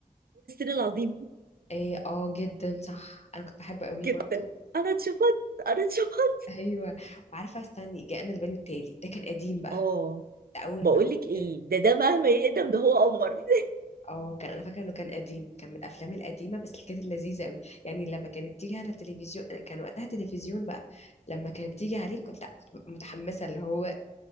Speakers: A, on the right; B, on the left.
A: العظيم
B: إيه، اه جدا صح انا كنت بحبه قوي
A: جدا
B: برضو
A: انا اتشفت انا اتشفت
B: ايوه وعارفه استني جاءنا البيان التالي ده كان قديم بقى
A: اه
B: ده اول
A: بقول
B: ما ابتدينا-
A: لك ايه ده ده مهما يقدم ده هو قمر <laughs>
B: اه كان انا فاكره انه كان قديم كان من الافلام القديمه بس اللي كانت لذيذه قوي يعني لما كانت تيجي على التلفزيون أنا كان وقتها تلفزيون بقى لما كانت بتيجي عليه كنت لا، كنت ببقى متحمسه اللي هو